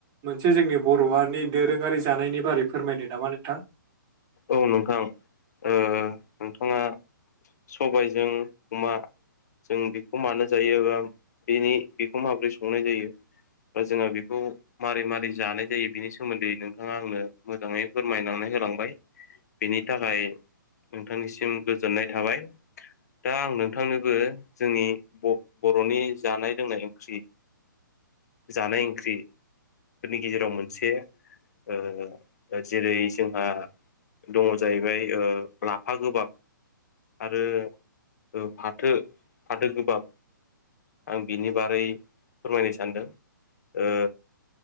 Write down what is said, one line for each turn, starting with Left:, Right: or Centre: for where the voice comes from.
Right: मोनसे जोंनि बर'आनि दोरोङारि जानायनि बारै फोरमायदो नामा नोंथां
Left: औ नोंथां ओ नोंथाङा सबाइजों अमा जों बेखौ मानो जायो बा बेनि बेखौ माब्रै संनाय जायो बा जोंहा बेखौ मारै मारै जानाय जायो बिनि सोमोन्दै नोंथाङा आंनो मोजाङै फोरमायनानै होलांबाय बेनि थाखाय नोंथांनिसिम गोजोननाय थाबाय दा आं नोंथांनोबो जोंनि ब बर'नि जानाय लोंनाय ओंख्रि जानाय ओंख्रि फोरनि गेजेराव मोनसे ओ जेरै जोंहा दङ जाहैबाय ओ लाफा गोबाब आरो ओ फाथो फाथो गोबाब आं बिनि बारै फोरमायनो सानदों ओ